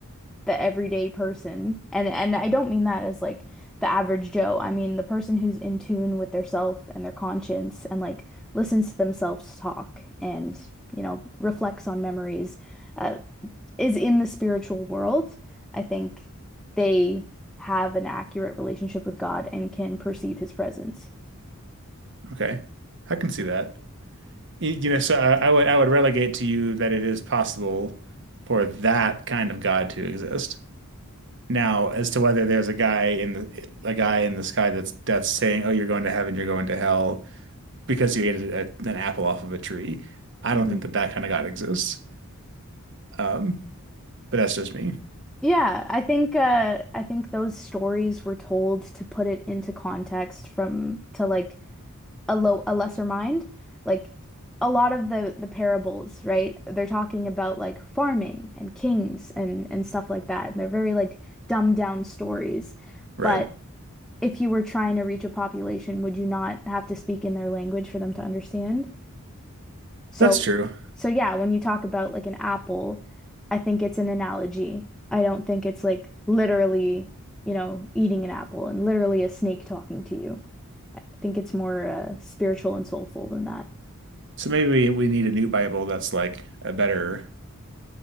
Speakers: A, in the centre; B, on the right.
A: the everyday person, and and I don't mean that as like the average Joe. I mean the person who's in tune with their self and their conscience and like listens to themselves talk and you know reflects on memories. Uh, is in the spiritual world, I think they have an accurate relationship with God and can perceive his presence.
B: Okay. I can see that. You you know, so I, I would I would relegate to you that it is possible for that kind of God to exist. Now, as to whether there's a guy in the a guy in the sky that's that's saying, "Oh, you're going to heaven, you're going to hell," because you ate a, an apple off of a tree, I
A: Mhm.
B: don't think that that kind of God exists. Um, but that's just me,
A: Yeah, I think uh I think those stories were told to put it into context from to like a low a lesser mind. Like a lot of the the parables, right? They're talking about like farming and kings and and stuff like that. And they're very like dumbed down stories.
B: right?
A: But if you were trying to reach a population, would you not have to speak in their language for them to understand? So,
B: That's true.
A: so yeah, when you talk about like an apple, I think it's an analogy. I don't think it's like literally, you know, eating an apple and literally a snake talking to you. I think it's more uh, spiritual and soulful than that.
B: So maybe we, we need a new Bible that's like a better.